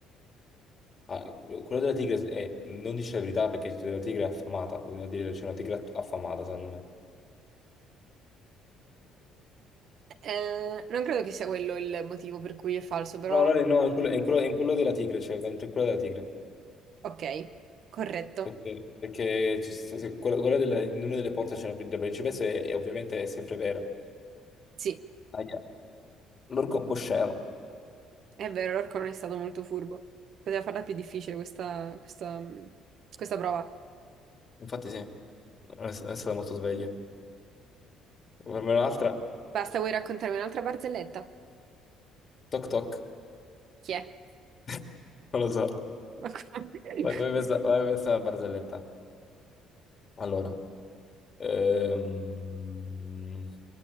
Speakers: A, on the left (about 40°); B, on the right (about 60°).
A: ah, quello della tigre è- non dice la verità perché la tigre è affamata, doveva dire c'è una tigre affamata, secondo me.
B: Eh, non credo che sia quello il motivo per cui è falso, però
A: No, allora no, è quello, è in quello- è in quello della tigre, cioè in quello della tigre.
B: ok, corretto.
A: Perché, perché c'è- se- se- quello, quello della- in una delle porte c'è una pri- la principessa e, e ovviamente è sempre vero.
B: Sì,
A: Aia, L'orco è un po' scemo.
B: è vero, l'orco non è stato molto furbo. Poteva farla più difficile questa, questa, questa prova.
A: Infatti sì, non è, non è stato molto sveglio. Per me un'altra,
B: Basta, vuoi raccontarmi un'altra barzelletta?
A: toc toc,
B: Chi è?
A: <laughs> non lo so.
B: Ma come- <laughs>
A: Vai, vai, questa vai, questa è una barzelletta. Allora. Ehm,